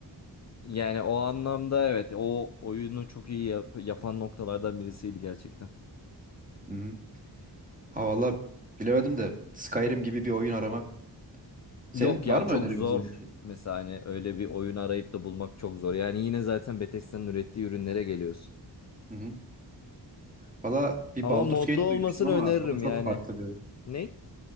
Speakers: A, on the left (about 40°); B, on the right (about 20°).
A: Yani o anlamda evet o oyunu çok iyi yap- yapan noktalardan birisiydi gerçekten.
B: Hı hı. Ha valla bilemedim de Skyrim gibi bir oyun aramak. Senin
A: Yok
B: var
A: ya
B: mı
A: çok
B: önerebileceğin
A: zor
B: bir şey?
A: mesela hani öyle bir oyun arayıp da bulmak çok zor. Yani yine zaten Bethesda'nın ürettiği ürünlere geliyorsun.
B: Hı hı. Valla bir
A: Ama
B: Baldur's
A: modda
B: Gate
A: olmasını
B: duymuştum ama
A: öneririm
B: o da çok
A: yani.
B: farklı bir
A: Ne?